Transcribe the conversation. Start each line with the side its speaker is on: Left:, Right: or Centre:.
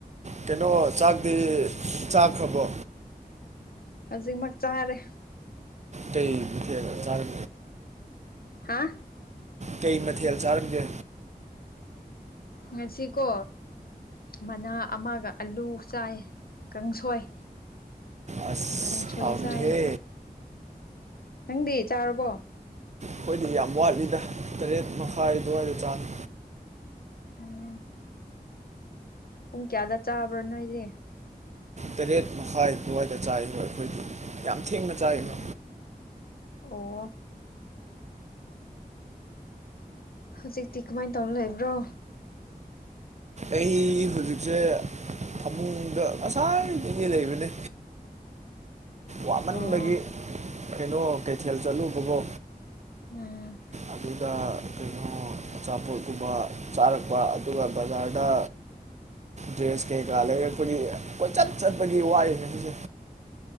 Right: ꯀꯩꯅꯣ ꯆꯥꯛꯇꯤ ꯆꯥꯈ꯭ꯔꯕꯣ
Left: ꯍꯧꯖꯤꯛꯃꯛ ꯆꯥꯔꯦ
Right: ꯀꯩ ꯃꯊꯦꯜ ꯆꯔ
Left: ꯍꯥ
Right: ꯀꯩ ꯃꯊꯦꯜ ꯆꯥꯔꯝꯒꯦ
Left: ꯉꯁꯤꯀꯣ ꯃꯅꯥ ꯑꯃꯒ ꯑꯂꯨ ꯆꯥꯏ ꯀꯥꯡꯁꯣꯏ
Right: ꯑꯁ
Left: ꯀꯪꯁꯣꯏ
Right: ꯍꯥꯎꯅꯤꯍꯦ
Left: ꯆꯥꯏ ꯅꯪꯗꯤ ꯆꯥꯔꯕꯣ
Right: ꯑꯩꯈꯣꯏꯗꯤ ꯌꯥꯝ ꯋꯥꯠꯂꯤꯗ ꯇꯔꯦꯠ ꯃꯈꯥꯏ ꯑꯗꯨꯋꯥꯏꯗ ꯆꯥꯅꯤ
Left: ꯎꯝ ꯄꯨꯡ ꯀꯌꯥꯗ ꯆꯥꯕ꯭ꯔꯥꯅꯣ ꯑꯩꯔꯦ
Right: ꯇꯔꯦꯠ ꯃꯈꯥꯏ ꯑꯗꯨꯋꯥꯏꯗ ꯆꯥꯏꯕꯣ ꯑꯩꯈꯣꯏꯗꯤ ꯌꯥꯝ ꯊꯦꯡꯅ ꯆꯥꯏꯕ
Left: ꯎꯝ ꯑꯣ ꯍꯧꯖꯤꯛꯇꯤ ꯀꯃꯥꯏꯅ ꯇꯧꯔ ꯂꯩꯕ꯭ꯔꯣ
Right: ꯑꯩ ꯍꯧꯖꯤꯛꯁꯦ ꯐꯃꯨꯡꯗ ꯉꯁꯥꯅꯦ ꯂꯩꯕꯅꯦ
Left: <inaudible>
Right: ꯋꯥꯃꯟꯕꯒꯤ
Left: ꯑꯣ
Right: ꯀꯩꯅꯣ ꯀꯩꯊꯦꯜ ꯆꯠꯂꯨꯕꯒꯣ
Left: ꯎꯝ
Right: ꯑꯗꯨꯒ ꯀꯩꯅꯣ ꯑꯆꯥꯄꯣꯠꯀꯨꯝꯕ ꯆꯥꯔꯛꯄ ꯑꯗꯨꯒ ꯕꯖꯥꯔꯗ ꯗ꯭ꯔꯦꯁ ꯀꯩꯀꯥ ꯂꯩꯔ ꯑꯩꯣꯏꯒꯤ ꯀꯣꯏꯆꯠ ꯆꯠꯄꯒꯤ ꯋꯥꯔꯤ ꯈꯁꯦ